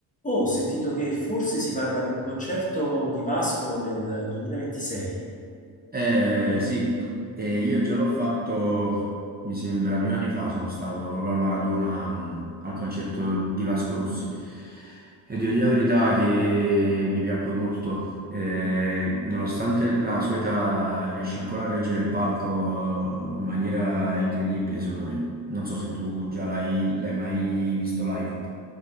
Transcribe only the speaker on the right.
Eh, sì, eh, io già l'ho fatto, mi sembra, due anni fa sono stato proprio al Maradona, mh, al concerto di Vasco Rossi e devo dire la verità che mi piacque molto. Eh, nonostante la sua età riesce ancora a reggere il palco in maniera incredibile, secondo me. Non so se tu già l'hai l'hai mai visto live.